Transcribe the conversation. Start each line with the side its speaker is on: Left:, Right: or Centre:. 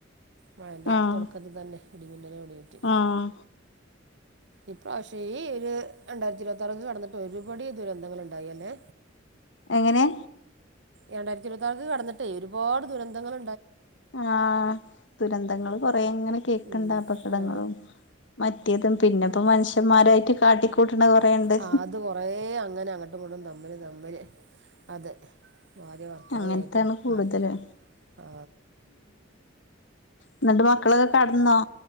Right: മഴൻ്റെ
Left: ആഹ്
Right: തൊടക്കത്തിത്തന്നെ ഇടിമിന്നലോടീറ്റ്
Left: ആഹ്
Right: ഇപാവശ്യം ഈ ഒരു രണ്ടായിരത്തി ഇരുവത്താറ്ക്ക് കടന്നിട്ട് ഒരുപടി ദുരന്തങ്ങള്ണ്ടായി അല്ലേ
Left: എങ്ങനെ
Right: രണ്ടായിരത്തി ഇരുപത്താറ്ക്ക് കടന്നിട്ടേ ഒരുപാട് ദുരന്തങ്ങള്
Left: ആ ദുരന്തങ്ങള് കൊറേയിങ്ങനെ കേക്ക്ണ്ട്
Right: ഉം,
Left: അപകടങ്ങളും
Right: ആ
Left: പ റ്റിയതും പിന്നെപ്പ മനുഷ്യന്മാരായിട്ട് കാട്ടിക്കൂട്ട്ണ കൊറേയിണ്ട്
Right: ആ അത് കുറേ അങ്ങനെ അങ്ങട്ടും ഇങ്ങട്ടും തമ്മില് തമ്മില് അതെ ഭാ ര്യ ഭർത്താവിനേയിറ്റും
Left: അങ്ങനത്താണ് കൂടുതല്
Right: ആയുധം ആ
Left: ഇന്നട്ട് മക്കളൊക്കെ കെടന്നോ